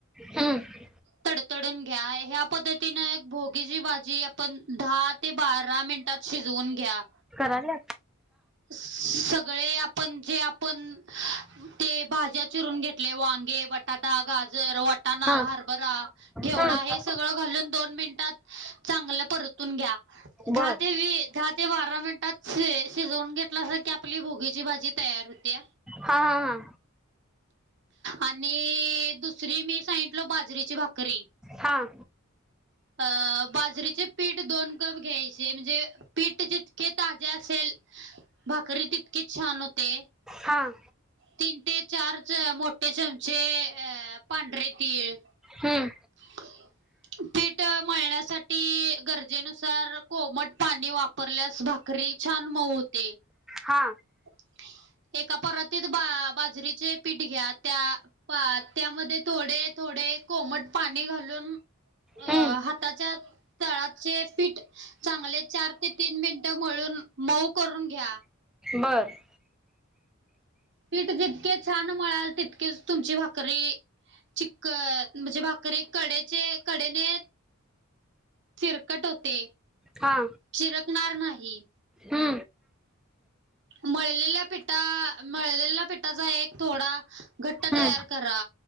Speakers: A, in the centre; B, on the right.
A: हम्म
B: तडतडून घ्या. ह्या पद्धतीन एक भोगीची भाजी आपण दहा ते बारा मे मिनिटात शिजवून घ्या.
A: झालं.
B: सगळे आपण जे आपण ते भाज्या चिरून घेतले. वा बटाटा, गाजर, वटाणा,
A: हा
B: हरभरा, घेवडा,
A: हम्म
B: हे सगळं घालून दोन मिनिटात चांगलं परतून घ्या. दहा
A: बर
B: ते वीस. दहा ते ते बारा मिनिटात शिजवून घेतलं अस की, आपली भोगीची भाजी तयार होती.
A: हा हा हा
B: आणि दुसरी मी सांगितलो बाजरीची भाकरी.
A: हां
B: अ बाजरीचे पीठ दोन कप घ्यायचे. म्हणजे पीठ जितके ताजे असेल भाकरी तितकेच छान होते.
A: हां
B: तीन ते चार च मोठे चमचे अ पांढरे तीळ.
A: हम्म
B: <inaudible> पीठ मळण्यासाठी गरजेनुसार कोमट पाणी वापरल्यास भाकरी छान मऊ होते.
A: हा
B: <inaudible> एका परातीत बा बाजरीचे पीठ घ्या. त्या पा त्यामध्ये थोडे थोडे कोमट पाणी घालून अ
A: हम्म
B: हाताच्या तळाचे पीठ चांगले चार ते तीन मिनट मिळून मऊ करून घ्या.
A: बर.
B: पीठ जितके छान म्हणाल तितकेच तुमची भाकरी चिकक म्हणजे भाकरी कडेचे कडेने चिरकट होते.
A: हा.
B: चिरकणार नाही.
A: हा.
B: मळलेल्या पिठा मळलेल्या पिठाचा एक थोडा घट्ट
A: हम्म
B: तयार करा.